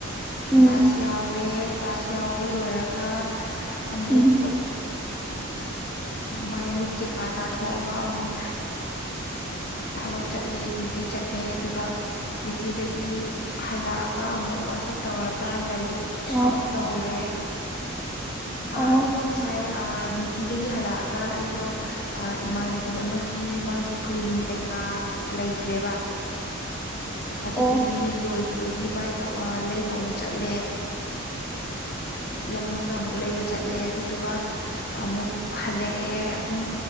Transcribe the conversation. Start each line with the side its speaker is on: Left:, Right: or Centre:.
Centre: ꯎꯝ
Left: ꯀ꯭ꯂꯥꯁ ꯌꯥꯎꯔꯦ ꯀ꯭ꯂꯥꯁ ꯌꯥꯎꯕ ꯂꯣꯏꯔꯒ ꯑꯃꯨꯛ
Centre: ꯎꯝ
Left: ꯃꯥꯏ ꯃꯤꯠ ꯀꯩꯀꯥ ꯇꯥꯊꯣꯛꯑꯒ ꯑꯃꯨꯛ ꯊꯕꯛ ꯆꯠꯂꯦ ꯗ꯭ꯌꯨꯇꯤ ꯆꯠꯂꯦ ꯑꯗꯨꯒ ꯗ꯭ꯌꯨꯇꯤꯗꯒꯤ ꯍꯜꯂꯛꯑꯒ ꯑꯃꯨꯛ ꯋꯥꯆꯞ ꯇꯧꯔꯒ ꯂꯥꯏꯔꯤꯛ
Centre: ꯑꯣ
Left: ꯑꯃꯨꯛ ꯇꯧꯔꯦ
Centre: ꯑꯣ
Left: ꯑꯗꯨꯕꯨ ꯉꯁꯥꯏ ꯗ꯭ꯌꯨꯇꯤꯗꯒꯤ ꯍꯜꯂꯛꯑꯒ ꯑꯩꯗꯣ ꯏꯃꯥꯟꯅꯕꯤ ꯑꯃꯒꯤ ꯃꯥꯒꯤ ꯀ꯭ꯔꯤꯝ ꯀꯩꯀꯥ ꯂꯩꯇ꯭ꯔꯦꯕ ꯑꯗꯨꯗꯨꯒꯤ
Centre: ꯑꯣ
Left: ꯂꯣꯏꯈꯤꯕꯒꯤ ꯕꯥꯏ ꯇꯧ ꯂꯩꯕ ꯑꯃꯨꯛ ꯆꯠꯂꯦ ꯂꯝꯂꯣꯡꯗ ꯑꯃꯨꯛ ꯂꯩꯕ ꯆꯠꯂꯦ ꯑꯗꯨꯗꯨꯒ ꯑꯃꯨꯛ ꯍꯜꯂꯛꯑꯦ ꯑꯗꯨꯝ